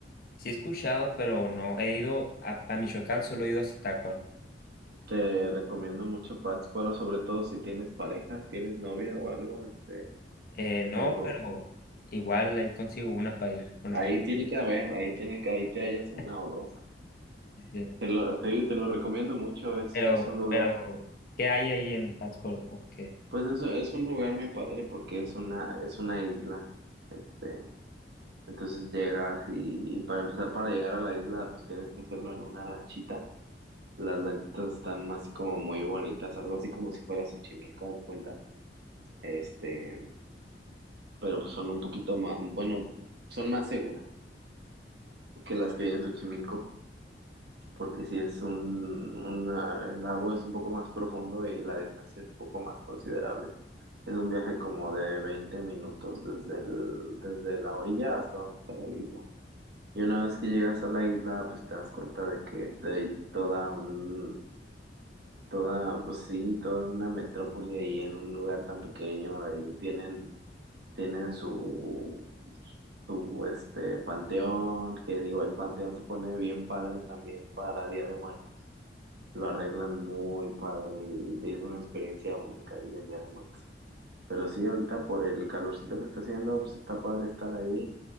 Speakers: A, on the left (about 55°); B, on the right (about 65°).
A: Sí he escuchado, pero no, he ido a, a Michoacán, solo he ido a Zitácuaro.
B: te recomiendo mucho Pátzcuaro, sobre todo si tienes pareja, tienes novia o algo, este,
A: Eh, no,
B: Pero
A: pero igual ahí consigo una para ir con
B: ahí
A: ella.
B: tiene que haber, ahí tiene que, ahí te hallas una
A: <laughs>
B: o dos.
A: Sí, sí.
B: Te lo, te, te lo recomiendo mucho, es,
A: Pero,
B: es un lugar,
A: pero, ¿qué hay ahí en Pátzcuaro? ¿O qué?
B: pues es, es un lugar muy padre porque es una, es una isla. Este, entonces llegas y, y para empezar, para llegar a la isla, pues tienes que hacerlo en una lanchita. Las lanchitas están más como muy bonitas, algo así como si fuera Xochimilco, haz de cuenta. Este, pero pues son un poquito más, bueno, son más seguras que las que hay en Xochimilco. porque si es un, una- el lago es un poco más profundo y la distancia es un poco más considerable. Es un viaje como de 20 minutos desde el, desde la orilla hasta donde está la isla. Y una vez que llegas a la isla, pues te das cuenta de que hay toda un, toda, pues sí, toda una metrópoli ahí en un lugar tan pequeño. Ahí tienen, tienen su, su, este, panteón, que digo, el panteón se pone bien padre también para Día de Muertos. lo arreglan muy padre y es una experiencia única ir en Día de Muertos. Pero sí, ahorita por el calorcito que está haciendo, pues está padre estar ahí,